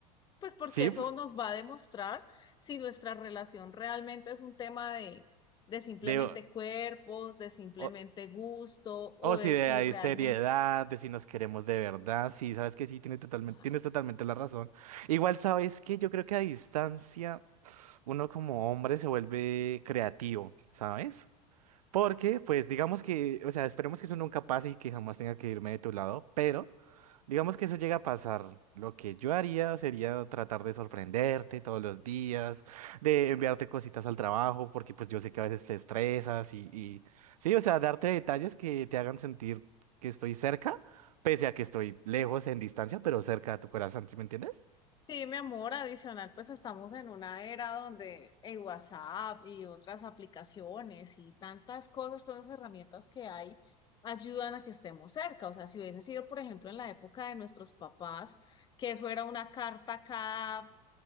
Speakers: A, on the left (about 20°); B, on the right (about 65°).
A: Pues porque
B: Sí,
A: eso
B: pf,
A: nos va a demostrar si nuestra relación realmente es un tema de, de simplemente
B: digo,
A: cuerpos, de simplemente
B: o,
A: gusto o
B: o
A: de
B: si de
A: si
B: ahí
A: realmente...
B: seriedad, de si nos queremos de verdad. Sí, sabes que sí, tienes totalmente,
A: Ah,
B: tienes totalmente la razón. Igual sabes que yo creo que a distancia uno como hombre se vuelve creativo, ¿sabes? Porque, pues, digamos que, o sea, esperemos que eso nunca pase y que jamás tenga que irme de tu lado, pero. Digamos que eso llega a pasar. Lo que yo haría sería tratar de sorprenderte todos los días, de enviarte cositas al trabajo, porque pues yo sé que a veces te estresas y, y- sí, o sea, darte detalles que te hagan sentir que estoy cerca, pese a que estoy lejos en distancia, pero cerca a tu corazón, ¿sí me entiendes?
A: Sí, mi amor, adicional, pues estamos en una era donde el WhatsApp y otras aplicaciones y tantas cosas, tantas herramientas que hay ayudan a que estemos cerca. O sea, si hubiese sido, por ejemplo, en la época de nuestros papás, que eso era una carta cada